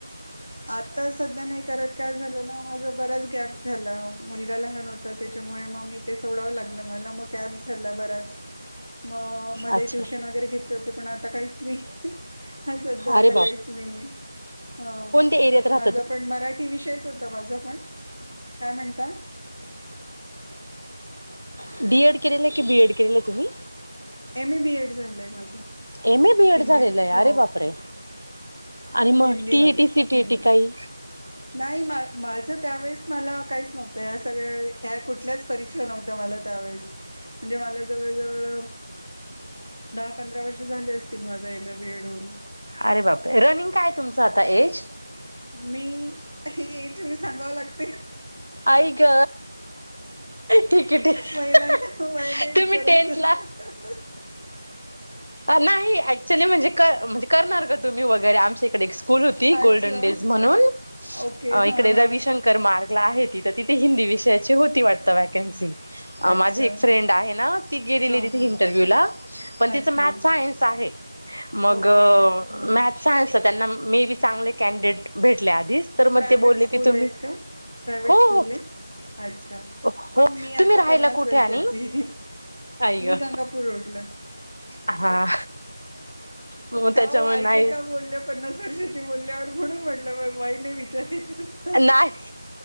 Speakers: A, in the centre; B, on the left.
A: आता सध्या नाही करत काय झालं ना माझ बराच गॅप झाला मुलगा लहान होता त्याच्यामुळे मग मी ते सोडावं लागलं मला मग गॅप झाला बराच मग मध्ये
B: अच्छा
A: ट्युशन वगैरे घेत पण आता काहीच नाही हा सध्या आता
B: अरे
A: काहीच नाही हा
B: रा
A: माझा पण मराठी विषयच होता माझा पण काय म्हणता
B: त्डी के केलेला तुम्ही
A: एम ए बीएड झालंय माझं
B: एम ए बीएड
A: हिंदी
B: झालेलं आहे
A: हो
B: अरे बाप रे आणि मग
A: हिंदीमध्ये
B: टीईटी सीटीईटी
A: हिंदी
B: काही
A: नाही माझ त्यावेेळेस मला काहीच नव्हतं ह्या सगळ्या ह्या कुठल्याच परीक्षा नव्हत्या मला त्यावेेळेस म्हणजे मला जवळ जवळ दहा पंधरा वर्ष झाले असतील माझ एम ए बीएडहून
B: अरे बाप रे रनिंग काय तुमचं आता एज
A: मी हे तुम्ही सांगावं लागत
B: आई ग ठिक आहे ठिक
A: महिलांना वय नाही विचारायचं
B: तुम्ही टेंथला
A: असत
B: नाही ऍक्च्युली म्हणजे का म्हणजे करणार का तुम्ही वगैरे आमच्या इकडे स्कूल होती
A: अच्छा
B: गोल्डन डेज म्हणून
A: ओके हा
B: इकडे
A: हा
B: रविशंकर मार्ग. आहे तिथं तिथे हिंदी विषयाची होती वाटत वॅकन्सी.
A: अच्छा
B: माझी एक फ्रेंड आहे ना ती गेलेली
A: हा
B: तिथे
A: हा
B: इंटरव्ह्यू ला पण तिचं
A: अच्छा
B: मॅथ सायन्स आहे. मग
A: ओके हा
B: मॅथ सांयन्स त्यांना मे बी चांगले कॅनडिडेट भेटले आधीच तर मग
A: प्रायव्हेट
B: ते बोलले
A: स्कूल
B: की तुम्ही
A: आहेत का? प्रायवेट
B: हो
A: स्कूलने
B: हो
A: अच्छा
B: हो
A: हा मी
B: तुम्ही
A: आता
B: राहायला
A: पन्नास
B: कुठे
A: वर्षाची
B: आणि आई
A: मी
B: ग
A: गंगापूर रोडला
B: हा मग
A: का
B: त्याच्यामुळे
A: ओ ऐक
B: नाही
A: का बोलले पन्नास वर्षाची बोलल्यावर. म्हणून म्हणलं. नाही विचार
B: नाही